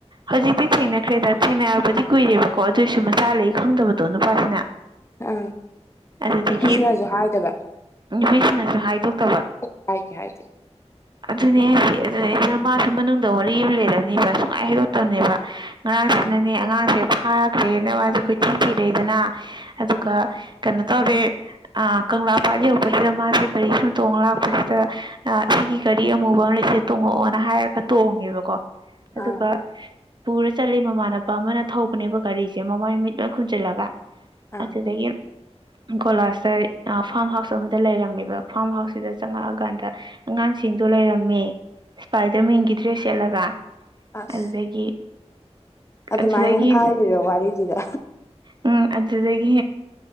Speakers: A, on the right; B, on the left.
A: ꯍꯧꯖꯤꯛꯇꯤ ꯊꯦꯡꯅꯈ꯭ꯔꯦꯗ ꯊꯦꯡꯅꯔꯛꯄꯗꯤ ꯀꯨꯏꯔꯦꯕꯀꯣ ꯑꯗꯨꯑꯣꯏꯁꯨ ꯃꯆꯥ ꯂꯩ ꯈꯪꯗꯕꯗꯣ ꯅꯨꯄꯥꯁꯤꯅ
B: ꯑꯥ
A: ꯑꯗꯨꯗꯒꯤ
B: ꯅꯨꯄꯤꯁꯤꯅꯁꯨ ꯍꯥꯏꯗꯕ
A: ꯅꯨꯄꯤꯁꯤꯡꯅꯁꯨ ꯍꯥꯏꯗꯣꯛꯇꯕ
B: ꯀ‌ꯣꯛ ꯍꯥꯏ ꯒ‌ꯦ ꯍꯥꯏꯗ‌ꯦ
A: ꯑꯗꯨꯅꯦ ꯍꯥꯏꯁꯤ ꯑꯗꯨꯅ ꯃꯥꯁꯨ ꯃꯅꯨꯡꯗ ꯋꯥꯔꯤ ꯑꯃ ꯂꯩꯔꯝꯅꯤꯕ ꯁꯨꯡꯃꯉꯥꯏ ꯍꯩꯗꯣꯛꯇꯕꯅꯦꯕ ꯉꯔꯥꯡꯁꯤꯅꯅꯦ
B: ꯑꯥ
A: ꯑꯉꯥꯡꯁꯦ ꯐꯥꯔꯈ꯭ꯔꯦꯅ ꯃꯥꯁꯦ ꯑꯩꯈꯣꯏ ꯊꯤꯟꯊꯤꯔꯛꯏꯗꯅ ꯑꯗꯨꯒ ꯀꯩꯅꯣ ꯇꯧꯔꯦ ꯑ ꯀꯪꯂꯥ ꯄꯥꯠ ꯌꯧꯛꯄꯁꯤꯗ ꯃꯥꯁꯦ ꯒꯔꯤ ꯁꯨꯝ ꯇꯣꯡ ꯂꯥꯛꯄꯁꯤ ꯁꯤꯒꯤ ꯒꯔꯤ ꯑꯃꯨꯕ ꯑꯃ ꯂꯩꯁꯦ ꯇꯣꯡꯉꯛꯑꯣꯅ ꯍꯥꯏꯔꯒ ꯇꯣꯡꯉꯦꯕꯀꯣ ꯑꯗꯨꯒ
B: ꯑꯥ
A: ꯄꯨꯔ ꯆꯠꯂꯤ ꯃꯃꯥꯟꯅꯕ ꯑꯃꯅ ꯊꯧꯕꯅꯦꯕ ꯒꯥꯔꯤꯁꯦ ꯃꯃꯥꯏ ꯃꯤꯃꯤꯠ ꯂꯣꯏ ꯈꯨꯝꯖꯤꯜꯂꯒ
B: ꯑꯥ
A: ꯑꯗꯨꯗꯒꯤ ꯀꯣꯂꯥꯁꯇ ꯐꯥꯔꯝ ꯍꯥꯎꯁ ꯑꯃꯗ ꯂꯩꯔꯝꯃꯤꯕ ꯐꯥꯔꯝ ꯍꯥꯎꯁꯁꯤꯗ ꯆꯪꯉꯛꯑꯀꯥꯟꯗ ꯑꯉꯥꯡꯁꯤꯡꯗꯣ ꯂꯩꯔꯝꯃꯦ ꯏꯁꯄꯥꯏꯗꯔꯃꯦꯟꯒꯤ ꯗ꯭ꯔꯦꯁ ꯁꯦꯠꯂꯒ
B: ꯑꯁ
A: ꯑꯗꯨꯗꯒꯤ
B: ꯑꯗꯨꯃꯥꯏꯅ
A: ꯑꯗꯨꯗꯒꯤ
B: ꯍꯥꯏꯔꯤꯔꯣ ꯋꯥꯔꯤꯗꯨꯗ
A: ꯎꯝ ꯑꯗꯨ ꯑꯗꯨꯗꯒꯤ